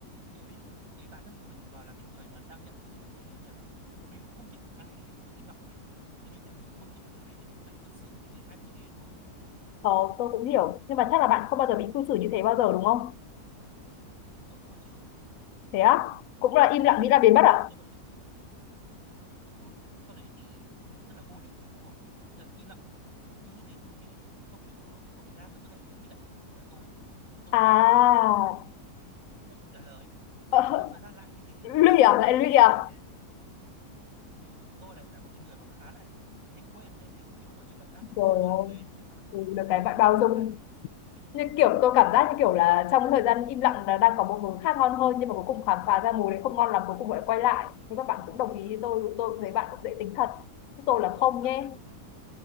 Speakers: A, on the right; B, on the left.
A: địa vị cái bản thân của mình vào là cái người mà đang nhận được cái tin nhắn đấy hay như nào đấy mình cũng không thích ai đấy tự dưng im lặng mình thì đương nhiên mình không thích điều đấy thì mình cũng phải cư xử với người khác như thế đúng không
B: Ờ, tôi cũng hiểu. Nhưng mà chắc là bạn không bao giờ bị cư xử như thế bao giờ đúng không?
A: ờ có chứ
B: Thế á? Cũng là
A: Nhà
B: im lặng
A: tôi
B: nghĩ là biến mất
A: tin
B: à?
A: nhắn tôi vẫn ừ sau đấy thì ừ rất là vô lý ừ đúng rồi thế là im lặng cứ như thế cứ như thế sau kiểu ờ, một thời gian tự dưng lại nhắn tin lại cho tôi thì tôi
B: À,
A: thực ra tôi cũng hơi một tí tôi cũng trả lời Nó
B: <laughs>
A: sau
B: ờ,
A: kiểu một thời gian lại như thế
B: lụy
A: nói
B: à? Lại
A: chung là
B: lụy
A: cứ xảy
B: à?
A: ra xảy đúng rồi tại vì tôi lại là một cái người mà khá là nhanh quên nên là kiểu khi mà nói chuyện lại đang vui
B: Rồi,
A: vui thì tôi lại quên thì sau lại
B: ừ, được
A: một
B: cái bạn
A: thời gian
B: bao dung
A: lại như thế
B: như kiểu tôi cảm giác như
A: ừ
B: kiểu là trong thời gian im lặng là đang có một hướng khác ngon hơn nhưng mà cuối cùng khám phá ra mùi đấy không ngon lắm cuối cùng lại quay lại nhưng các bạn cũng đồng ý
A: ừ
B: với tôi tôi cũng thấy bạn cũng dễ tính thật Chúng tôi là
A: tôi
B: không
A: cũng cảm
B: nhé
A: giác như thế